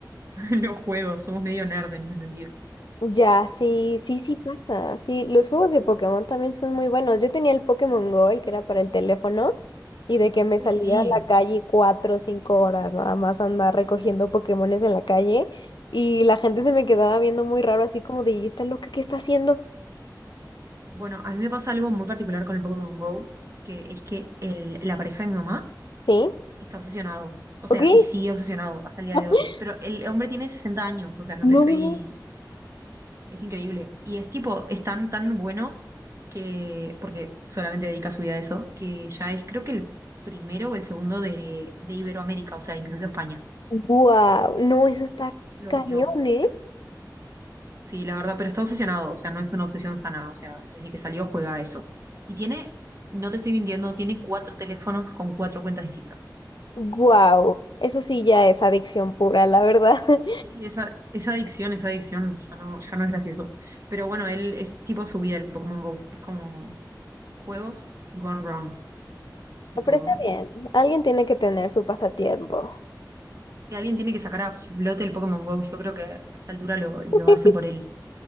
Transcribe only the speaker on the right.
<laughs> los juegos. Somos medio nerd en ese sentido.
Uy, sí.
Bueno, a mí me pasa algo muy particular con el Pokémon Go, que es que el- la pareja de mi mamá
está obsesionado. O sea,
y sigue obsesionado hasta el día
de hoy. Pero el hombre tiene 60 años, o sea, no
te estoy Es increíble. Y es tipo, es tan, tan bueno que, porque solamente dedica su vida a eso, que ya es creo que el primero o el segundo de, de Iberoamérica, o sea, incluido España.
Lo
dio.
Sí, la verdad, pero está obsesionado, o sea, no es una obsesión sana, o sea, desde que salió juega a eso. Y tiene, no te estoy mintiendo, tiene cuatro teléfonos con cuatro cuentas distintas.
Sí.
Sí, esa, esa adicción, esa adicción, ya no, ya no es gracioso. Pero bueno, él es tipo su vida, el Pokémon Go. Es como juegos gone wrong. Tipo,
Si alguien tiene que sacar a flote el Pokémon Go, yo creo que a esta altura lo, lo
hacen por él,